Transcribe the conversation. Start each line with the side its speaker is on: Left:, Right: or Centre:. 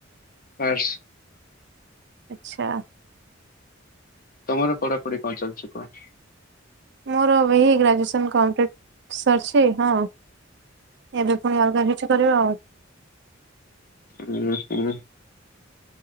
Left: ଆର୍ଟ୍ସ।
Right: ଆଛା।
Left: ତମର ପଢାପଢି କଣ ଚାଲିଛି କୁହ?
Right: ମୋର ଏହି ଗ୍ରାଜୁଏସନ୍ କମ୍ପ୍ଲିଟ୍ ସରିଛି ହଁ। ଏବେ ପୁଣି ଅଲଗା କିଛି କରିବା ଆଉ।
Left: ହୁଁ ହୁଁ।